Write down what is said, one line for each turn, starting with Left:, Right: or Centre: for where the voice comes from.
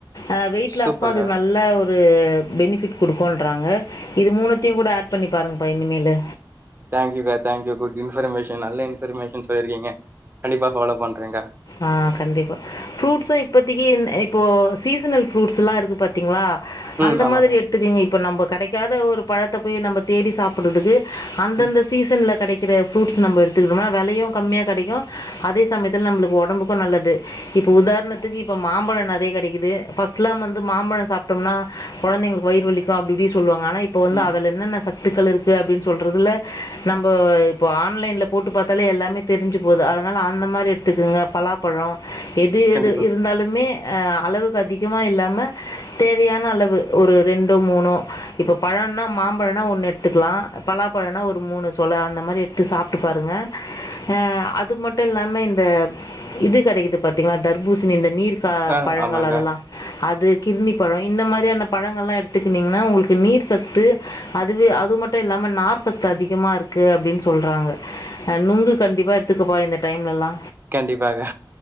Left: அ வெயிட் லாஸ்கு
Right: சூப்பர்க்கா
Left: அதுக்கு நல்ல ஒரு ஒரு பெனிஃபிட் கொடுக்கோன்றாங்க இது மூணத்தையு கூட ஆட் பண்ணி பாருங்க பா இனிமேலு
Right: தேங்க்யூகா தேங்க்யூ குட் இன்ஃபர்மேஷன் நல்ல இன்ஃபர்மேஷன் சொல்லிருக்கீங்க கண்டிப்பா ஃபாலோ பண்றேங்க
Left: ஆ கண்டிப்பா ஃப்ரூட்ஸும் இப்பத்தக்கி இந் இப்போ சீசனல் ஃப்ரூட்ஸ் எல்லா இருக்கு பாத்தீங்ளா
Right: ம்
Left: அந்த
Right: ஆமாக்கா
Left: மாதிரி எடுத்துக்கிவீங்க இப்ப நம்ப கெடக்காத ஒரு பழத்த போய் நம்ம தேடி சாப்புறதுக்கு அந்தந்த
Right: ம்
Left: சீசன்ல கெடக்கிற ஃப்ரூட்ஸ் நம்ம எடுத்துக்கிட்டோம்ன வெலையு கம்மியா கெடைக்கு அதே சமயத்தில் நம்மளுக் ஒடம்புக்கும் நல்லது இப்ப உதாரணத்துக்கு இப்ப மாம்பழம் நெறைய கெடைக்குது ஃபஸ்ட்லாம் வந்து மாம்பழம் சாப்டம்னா கொழந்தைங்களுக்கு வயிறு வலிக்கு அப்டி இப்டி சொல்லுவாங்க ஆனா இப்போ வந்து
Right: ம்
Left: அதுல என்னென்ன சத்துக்கள் இருக்கு அப்டின்னு சொல்றதுல நம்ம இப்ப ஆன்லைன்ல போட்டு பாத்தாலே எல்லாமே தெரிஞ்சு போது அதனால அந்த மாறி எடுத்துக்கங்க பலாப்பழோ எது எது
Right: கண்டிப்பாக
Left: இருந்தாலுமே அ அளவுக்கு அதிகமா இல்லாம தேவையான அளவு ஒரு ரெண்டோ மூணோ இப்போ பழன்னா மாம்பழன்னா ஒன்னு எடுத்துக்கலா பலாப்பழனா ஒரு மூணு சொல அந்த மாறி எடுத்து சாப்ட்டு பாருங்க ஆ அது மட்டும் இல்லாம இந்த இது கெடைக்குது பாத்தீங்கலா தர்பூசணி இந்த நீர் ப
Right: ஆ
Left: பழங்கள்
Right: ஆமாங்க்கா
Left: அதெல்லா அது கிர்ணி பழோ இந்த மாதிரியான பழங்கள்லா எடுத்துக்கினிங்ன்னா உங்களுக்கு நீர் சத்து அதுவே அது மட்டும் இல்லாம நார் சத்து அதிகமாக இருக்கு அப்டின்னு சொல்கிறாங்க நுங்கு கண்டிப்பா எடுத்துக்கப்பா இந்த டைம்லல்லா
Right: கண்டிப்பாக